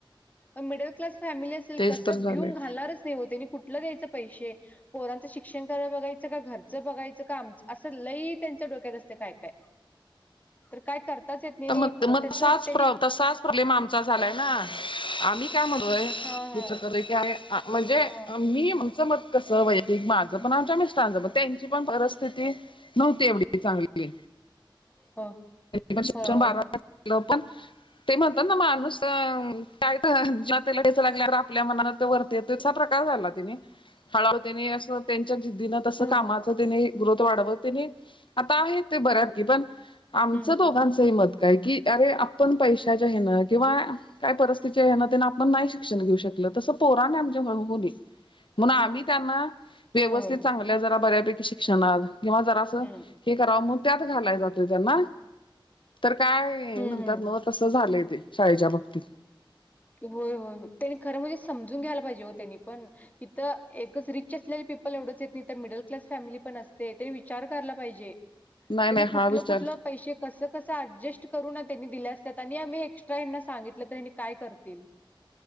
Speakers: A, on the left (about 20°); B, on the left (about 70°).
A: मिडल क्लास फॅमिली अस ल
B: तेच
A: कसं
B: तर झालंय.
A: भिऊन घालणारच नाही हो ते. त्यांनी कुठलं द्यायचं पैसे. पोरांचं शिक्षण कराला बघायचं. का घरचं बघायचं. का आमच. असं लई त्यांच्या डोक्यात असते. काय काय. तर काय करताच येत नाही.
B: तर मग
A: पो
B: मग
A: तस
B: तसाच
A: त्यांनी
B: प्र तसाच प्रॉब्लेम आमचा झालाय ना. आम्ही काय म्हणलोय.
A: हां हां
B: <unintelligible> म्हणजे
A: हां.
B: मी आमचं मत कस वयकतीक माझं पण आमच्या मिस्टरांच पण. त्यांची पण परिथिती नव्हती एवढी. चांगली
A: हो.
B: पण शिक्षण
A: होय, होय.
B: बारालं पण <unintelligible> ते म्हणतात ना. माणूस काय तर जेव्हा त्याला ठेच लागल्यावर, आपल्या मनात प्रकार झाला तेनी. हळूहळू तेनी अस त्यांच्या जिद्दीन तस
A: हो,
B: कामाच
A: हो.
B: तिने ग्रोथ वाढावं तिने. आता आहे ते बऱ्यातकी, पण. आमचं
A: हं.
B: दोघांचंही मत काय की, अरे आपण पैशाच्या हेन. किंवा काय परिस्थिती ना त्यांना आपण नाही शिक्षण घेऊ शकल. तसं पोराने आमच्या होउ नही. म्हणून आम्ही त्यांना. व्यवस्थित,
A: होय, होय.
B: चांगल्या, जरा बऱ्यापैकी शिक्षणात, किंवा जरा असं
A: हं.
B: हे कराव म्हणून, त्यात घालाय जातोय त्यांना. तर काय
A: हं,
B: म्हणतात.
A: हं.
B: म तसं झालंय ते. शाळेच्या बाबतीत.
A: होय होय होय त्यांनी खरं म्हणजे समजून घ्यायला पाहिजे हो त्यांनी पण. इथं एकच रिच असलेली पीपल एवढंच येत नाही. तर मिडल क्लास फॅमिली पण असते. ते विचार करायला पाहिजे.
B: नाही
A: त्यांनी
B: नाही
A: कुठलं
B: हा विचार
A: कुठलं पैसे कस कस अऍडजस्ट करू त्यांनी दिल्या असतात. आणि आम्ही एक्स्ट्रा यांना सांगित ल यांनी काय करतील.